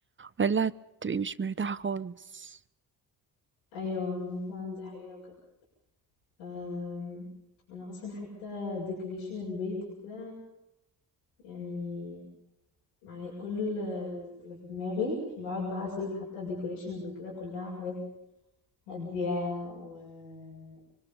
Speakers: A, on the right; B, on the left.
A: ولا هتبقي مش مرتاحه خالص
B: ايوه والله فعلا دي حقيقه بجد أم، انا اصلا حتى ديكوريشن البيت وكده يعني معايا كل اللي في دماغي بقعد بقى اسيب حتى ديكوريشنز وكده كلها حاجات هادية وعارفة